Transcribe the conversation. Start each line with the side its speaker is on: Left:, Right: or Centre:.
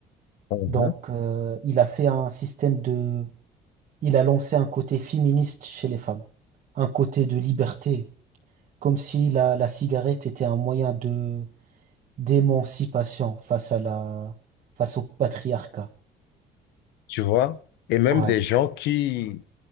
Left: hum,
Right: Donc,
Left: hum.
Right: euh, il a fait un système de... Il a lancé un côté féministe chez les femmes, un côté de liberté, comme si la, la cigarette était un moyen de d'émancipation face à la face au patriarcat.
Left: Tu vois? Et même
Right: Ouais,
Left: des gens qui,